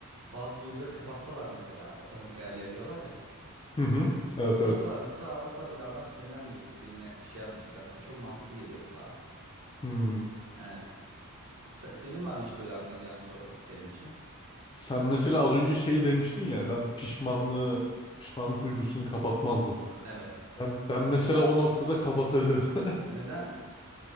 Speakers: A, on the right; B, on the left.
A: bazı duyguları kapatsalar mesela otomatik ayarlayabiliyorlar ya.
B: hı hı. Evet
A: Kapatsalar
B: evet.
A: mesela asla bir daha adam sinirlenmeyecek, birine bir şey yapmayacak. Aslında çok mantıklı geliyor kulağa.
B: Hmm.
A: Evet. Se- senin var mı hiç böyle aklına gelen soru benim için?
B: Sen mesela az önce şey demiştin ya ben pişmanlığı pişmanlık duygusunu kapatmazdım.
A: Evet.
B: Ben, ben mesela o noktada kapatabilirim. <laughs>
A: Neden?